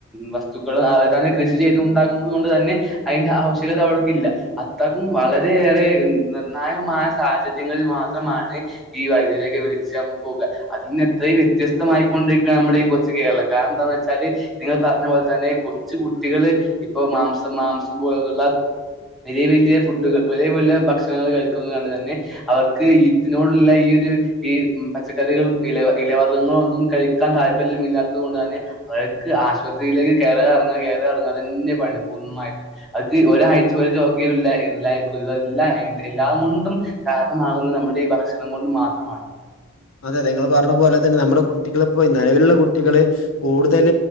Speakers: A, in the centre; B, on the left.
A: വസ്തുക്കളും അവർ തന്നെ കൃഷി ചെയ്തൊണ്ട കൊണ്ട് തന്നെ അയിന്റെ ആവശ്യകത അവൾക്കില്ല അത്തക്കും വളരെയറെ നിർണായകമായ സാഹചര്യങ്ങളിൽ മാത്രമാണ് ഈ വൈദ്യുരൊക്കെ വിളിച്ച പോകുക അതിൽ നിന്ന് എത്രയും വ്യ വ്യത്യസ്തമായിക്കൊണ്ടിരിക്കുകാണ് നമ്മുടെ ഈ കൊച്ചു കേരളം കാരണം എന്താന്ന് വെച്ചാല് നിങ്ങൾ പറഞ്ഞ പോലെ തന്നെ കൊച്ച കുട്ടികള് ഇപ്പോ മാംസം മാംസം പോലുള്ള വലിയ വലിയ ഫുഡകൾ വലിയ വലിയ ഭക്ഷണങ്ങൾ കഴി ണ്ട് തന്നെ അവർക്ക് ഇതിനോടുള്ള ഈ ഒരു ഈ പച്ചക്കറികൾ ഇലവർഗ്ഗങ്ങ ഒന്നും കഴിക്കാൻ താല്പര്യം ഇല്ലാത്തത് കൊണ്ട് തന്നെ അവൾക്ക് ആശുപത്രിയിലേക്ക് കയറി ഇറങ്ങ കയറി ഇറങ്ങാ ത നെ പണി പൂർണ്ണമായിട്ട് അത് ഒരാഴ്ച ഒരു ജോ <unintelligible> എല്ലാം കൊണ്ടും കാരണമാകുന്നത് നമ്മുടെ ഈ ഭക്ഷണം കൊണ്ടും മാത്രമാണ്
B: അതെ നിങ്ങൾ പറഞ്ഞ പോലെ തന്നെ നമ്മുടെ കുട്ടികളിപ്പോൊ നിലവിലുള്ള കുട്ടികള് കൂടുതൽ